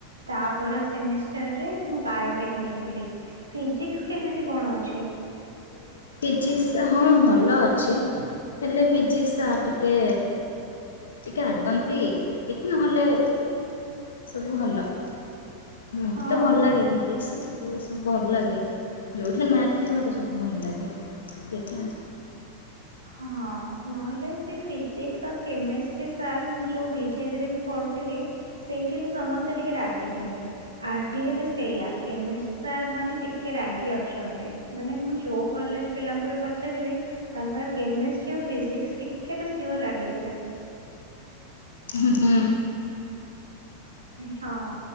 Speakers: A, on the right (about 75°); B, on the left (about 70°).
A: ତାପର ସେମିଷ୍ଟାର ରେ ମୁଁ ବାୟୋଟେକ୍ ନେଇଥିଲି। ଫିଜିକ୍ସ କେମିତି କଣ ଅଛି? ହଁ।
B: ଫିଜିକ୍ସ ହଁ ଭଲ ଅଛି। ହେଲେ ଫିିଜିକ୍ସ ଟିକେ ଟିକେ ରାଗନ୍ତି ଟିକେ ନହେଲେ ସବୁ ଭଲ। ମତେ
A: ହଁ
B: ତ ଭଲ ଲାଗେ ଫିଜିକ୍ସ । ଏଗୁରା ସବୁ ଭଲ ଲାଗେ ଯୋଉଥିରେ ମ୍ୟାଥ ଥାଏ ମତେ ସବୁ ଭଲ ଲାଗେ ସେଇଟା।
A: ହଁ ନହେଲେ ସେ ଫିଜିକ୍ସ ଆଉ କେମିଷ୍ଟ୍ରି ସାର୍ ମୁଁ ଯୋଉ ବିଜେବିରେ ବି ପଢୁ ଥିଲି ସେଇଠି ବି ସମସ୍ତେ ଟିକେ ରାଗି ଥିଲେ। ଆରଟି ରେ ବି ସେଇୟା କେମିଷ୍ଟ୍ରୀ ସାରମାନେ ଟିକେ ରାଗି ଅଛନ୍ତି ।ମାନେ ମୁଁ ଯୋଉ କଲେଜ ପିଲାଙ୍କୁ ବି ପଚାରିବି ତାଙ୍କର କେମେଷ୍ଟ୍ରି ଆଉ ଫିଜିକ୍ସ ଟିକ କେ ତ ସିଓର ରାଗିଥିବେ।
B: ହୁଁ ହୁଁ
A: ହଁ